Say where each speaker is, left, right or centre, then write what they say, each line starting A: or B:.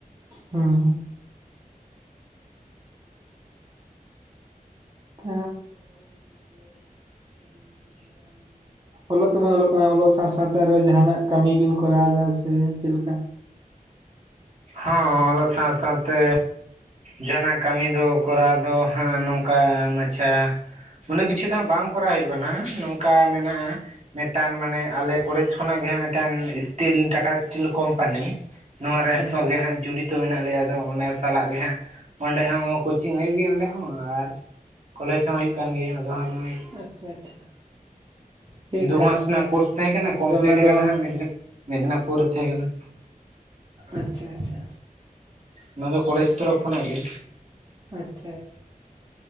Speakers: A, on the right; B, on the right.
A: ᱦᱩᱸ ᱦᱩᱸ <unintelligible> ᱚᱞᱚᱜ ᱛᱚᱵᱤᱱ ᱚᱞᱚᱜ ᱠᱟᱱᱟ ᱚᱞᱚᱜ ᱥᱟᱶ ᱥᱟᱶᱛᱮ ᱟᱨᱦᱚᱸ ᱡᱟᱦᱟᱱᱟᱜ ᱠᱟᱹᱢᱤ ᱵᱤᱱ ᱠᱚᱨᱟᱣ ᱫᱟ ᱥᱮ ᱪᱮᱫ ᱞᱮᱠᱟ᱾
B: ᱦᱚᱸ ᱚᱞᱚᱜ ᱥᱟᱶ ᱥᱟᱶᱛᱮ ᱡᱟᱸᱦᱟᱱᱟᱜ ᱠᱟᱹᱢᱤ ᱫᱚ ᱠᱚᱨᱟᱣ ᱫᱚ ᱦᱟᱸᱜ ᱱᱚᱝᱠᱟ ᱢᱟᱪᱷᱟ᱾ ᱩᱱᱟᱹᱜ ᱠᱤᱪᱷᱩ ᱫᱚ ᱵᱟᱝ ᱠᱚᱨᱟᱣ ᱦᱳᱭᱳᱜ ᱠᱟᱱᱟ ᱱᱚᱝᱠᱟ ᱢᱮᱱᱟᱜᱼᱟ᱾ ᱢᱮᱴᱟᱱ ᱢᱟᱱᱮ ᱟᱞᱮ ᱠᱚᱞᱮᱡᱽ ᱠᱷᱚᱱᱟᱜ ᱜᱮ ᱦᱟᱸᱜ ᱢᱮᱴᱟᱱ ᱤᱥᱴᱤᱞ ᱴᱟᱴᱟ ᱤᱥᱴᱤᱞ ᱠᱚᱢᱯᱟᱱᱤ᱾ ᱱᱚᱣᱟ ᱨᱮ
A: ᱟᱪᱪᱷᱟ
B: ᱥᱚᱜᱮ ᱦᱟᱸᱜ ᱡᱩᱲᱤᱛᱚ ᱢᱮᱱᱟᱜ ᱞᱮᱭᱟ ᱫᱚ ᱚᱱᱮ ᱥᱟᱞᱟᱜ ᱜᱮ ᱦᱟᱸᱜ᱾ ᱚᱸᱰᱮ ᱦᱚᱸ ᱠᱳᱪᱤᱝ ᱦᱤᱭᱩᱜ ᱜᱮᱭᱟ ᱚᱸᱰᱮ ᱦᱚᱸ ᱟᱨ ᱠᱚᱞᱮᱡᱽ ᱦᱚᱸ ᱦᱩᱭᱩᱜ ᱠᱟᱱ ᱜᱮᱭᱟ ᱟᱫᱚ ᱦᱟᱸᱜ ᱦᱚᱸᱜᱼᱚᱭ᱾
A: ᱟᱪᱪᱷᱟ ᱟᱪᱪᱷᱟ᱾ ᱪᱮᱫᱠᱟ
B: ᱫᱩ ᱢᱟᱥ ᱨᱱᱟᱜ ᱠᱳᱨᱥ ᱛᱟᱦᱮᱸ ᱠᱟᱱᱟ, ᱠᱚᱢᱯᱞᱤᱴ
A: ᱚᱱᱟ ᱫᱚ
B: ᱠᱟᱱᱟ ᱦᱟᱜ ᱢᱮᱫᱱᱤᱯ ᱢᱮᱰᱱᱟᱯᱩᱨ ᱨᱮ ᱛᱟᱦᱮᱸ ᱠᱟᱱᱟ᱾
A: ᱟᱪᱪᱷᱟ ᱟᱪᱪᱷᱟ
B: ᱚᱱᱟ ᱫᱚ ᱠᱚᱞᱮᱡᱽ ᱛᱚᱨᱚᱯ ᱠᱷᱚᱱᱟᱜ ᱜᱮ
A: ᱟᱪᱪᱷᱟ ᱟᱪ